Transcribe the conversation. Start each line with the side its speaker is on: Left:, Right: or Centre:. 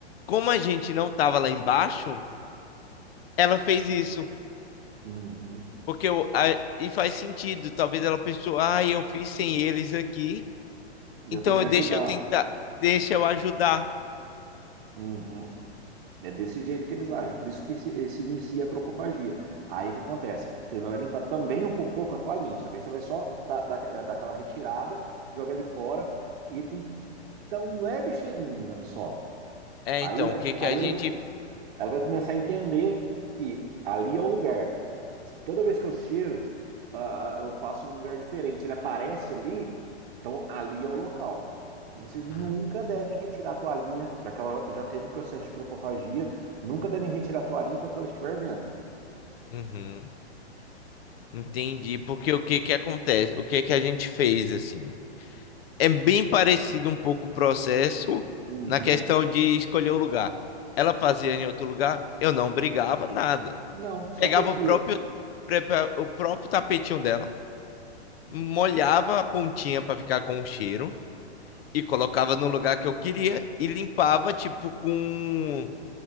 Left: como a gente não tava lá embaixo, ela fez isso.
Right: Uhum.
Left: Porque eu, a- e faz sentido. Talvez ela pensou, ah, eu fiz sem eles aqui,
Right: Eu
Left: então
Right: tenho que ajudar.
Left: deixa eu tentar, deixa eu ajudar.
Right: Uhum. É desse jeito que eles agem, por isso que se, se inicia a cropofagia. Aí o que acontece? Você vai limpar também o cocô com a toalhinha, só que aí você vai só dar, dar, dar aquela retirada, jogar ele fora, e ele tem que dar um leve cheirinho né, só.
Left: É,
Right: Aí,
Left: então, o que que
Right: aí
Left: a gente.
Right: ele ela vai começar a entender que ali é o lugar. Toda vez que eu cheiro, ah, ah, eu faço em um lugar diferente. Ele aparece ali, então ali é o local. E vocês nunca
Left: Ah,
Right: devem retirar a toalhinha, já que ela já teve processo de cropofagia, nunca devem retirar a toalhinha enquanto ela estiver vendo.
Left: uhum, entendi. Porque o que que acontece? O que que a gente fez assim? É bem parecido um pouco o processo
Right: Uhum.
Left: na questão de escolher o lugar. Ela fazia em outro lugar, eu não brigava nada.
Right: Não, só
Left: Pegava
Right: retira.
Left: o próprio, prepa- o próprio tapetinho dela molhava a pontinha para ficar com o cheiro e colocava no lugar que eu queria e limpava, tipo, com